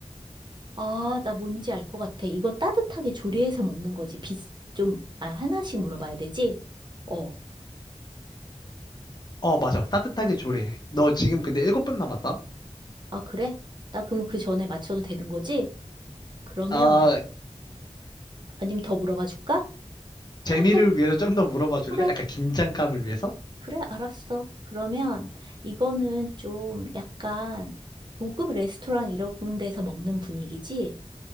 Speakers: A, on the right; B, on the left.
A: 아, 나 뭔지 알 것 같아. 이거 따뜻하게 조리해서 먹는 거지. 비, 좀, 아, 하나씩 물어봐야 되지? 어.
B: 어, 맞아. 따뜻하게 조리해. 너 지금 근데 일곱 분 남았다?
A: 아, 그래? 나 그럼 그 전에 맞춰도 되는 거지? 그러면,
B: 아,
A: 아니면 더 물어봐 줄까?
B: 재미를
A: 어, 더, 물-
B: 위해서 좀 더 물어봐 줄래?
A: 그래,
B: 약간 긴장감을 위해서?
A: 그래, 알았어. 그러면, 이거는 좀 약간, 고급 레스토랑 이런 데서 먹는 분위기지?